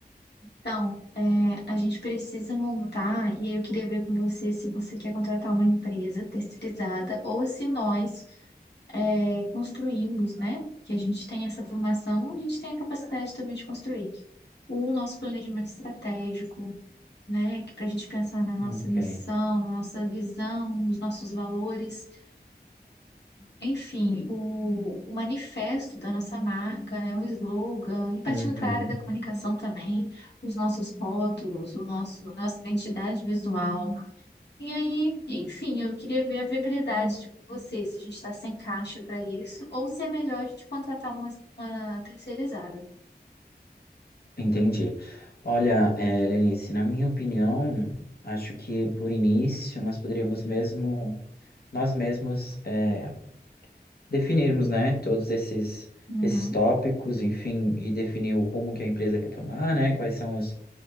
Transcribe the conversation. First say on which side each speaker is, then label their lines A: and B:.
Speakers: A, on the left; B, on the left.
A: Então, é, a gente precisa montar, e aí eu queria ver com você se você quer contratar uma empresa terceirizada ou se nós é, construímos, né? Que a gente tem essa formação, a gente tem a capacidade também de construir o nosso planejamento estratégico, né? Para a gente pensar na nossa
B: Ok.
A: missão, na nossa visão, nos nossos valores. Enfim, o, o manifesto da nossa marca, né, o slogan, e partindo
B: Uhum,
A: para a área da comunicação também, os nossos rótulos, o nosso, nossa identidade visual. E aí, enfim, eu queria ver a viabilidade de você, se a gente está sem caixa para isso, ou se é melhor de contratar uma, uma terceirizada.
B: entendi. Olha, eh, Lenice, na minha opinião, acho que por início nós poderíamos mesmo, nós mesmos eh, definirmos, né, todos esses,
A: Uhum,
B: esses tópicos, enfim, e definir o rumo que a empresa quer tomar, né, quais são os,